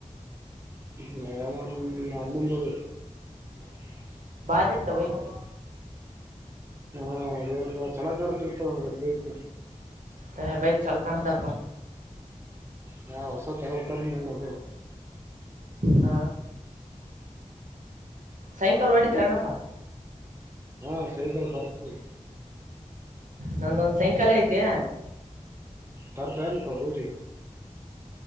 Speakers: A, on the right; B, on the right.
A: ನಾನು ಅಣ್ಣ ನನ್ನೆಂದ
B: ಅರಿತವೈಕ
A: ಹಾ ಅಪ್ಪ ಚಲ ಕಡ್ದಲ್ಪಾ ನಮ್ ಅದಬೇಕು
B: ಹ ಬೈಕ್ ಚಾಲ ಕಾಣದಪ್ಪ
A: ಹಾ ಹೊಸ ತಗೋಬೇಕು ಅಂದೆನಾಲ ಅದೇ
B: ಹ ಸಾಯಂಕಾಲ ಅಡಿತರನಪ್ಪ
A: ಹ್ಮ್ ಸೈಕಲ್ ಬರ್ತೀಧೆ
B: ನೊಂದದು ಸೈಕಲ್ ಐತೆ
A: ತರ್ತ ಅಲ್ಪ ಊರಿ